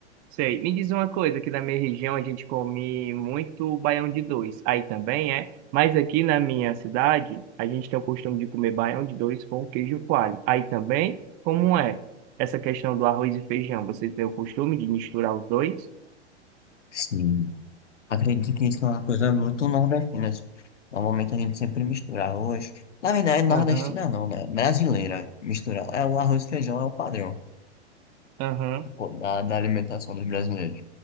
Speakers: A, on the right; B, on the left.
A: Sei. Me diz uma coisa, aqui na minha região a gente come muito baião de dois. Aí também é, mas aqui na minha cidade a gente tem o costume de comer baião de dois com queijo coalho. Aí também, como é essa questão do arroz e feijão? Você tem o costume de misturar os dois?
B: Sim. Acredito que isso é uma coisa muito nordestina. Normalmente a gente sempre mistura arroz. Na verdade, nordestina
A: Aham,
B: não, né? Brasileira mistura. É o arroz e feijão, é o padrão,
A: aham.
B: tipo, da, da alimentação dos brasileiros.